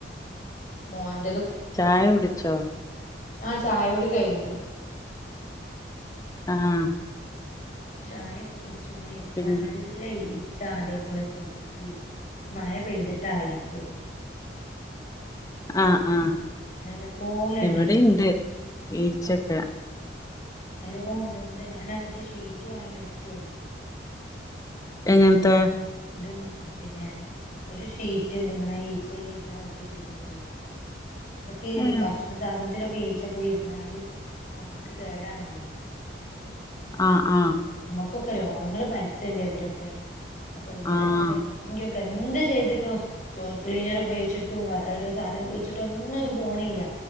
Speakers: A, on the left (about 45°); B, on the left (about 20°).
A: മോൻ.
B: ചായ കുടിച്ചോ-
A: ആ ചായകുടി കഴിഞ്ഞു.
B: ആഹ്.
A: ചായയൊക്കെകു ഇരിക്കണ്
B: പിന്നെ
A: നല്ല ഈ ച്ച അതേപോലെ കൊതുക് മഴ പെയ്തിട്ടായിരിക്കും അത്
B: ആഹ് ആഹ്.
A: നല്ലപോലെ ഇണ്ട്
B: ഇവിടുണ്ട്
A: ഈച്ചകള്
B: ഈച്ചൊക്കെ.
A: നല്ലോ ഉണ്ട് എന്ത് ഞാനാ മറ്റേ ഷീറ്റ് വാങ്ങി വെച്ചു നോക്കി.
B: എങ്ങനത്തെ
A: ഇത് പിന്നെ ഒരു ഷീറ്റ് ഉണ്ട് ഇങ്ങനെ ഈച്ചയില ഇരുന്നാ ഒട്ടി പിടിക്കണത്. െ
B: ആഹ്
A: ഭക്ഷണ സാധനത്തിലൊക്കെ വീച്ച പോയിരുന്നാല് മക്കൾക്ക് കേടാണല്ലോ.
B: ആ ആ
A: ക്കൊക്കെ രോഗങ്ങളൾ പരത്തല്ലേ ഇവലൊക്കെ അപ്പൊ വിചാരിച്ചിട്ട
B: ആഹ്
A: എങ്ങനെങ്ങി പ്പ എന്ത് ചെയ്തിട്ടും ഫ്ലോർ ക്ലീനർ ഉപയോഗിച്ചിട്ടും വേറെോരോ സാധനം ഉപയോഗിച്ചിട്ടൊന്നുംത് പോണില്ല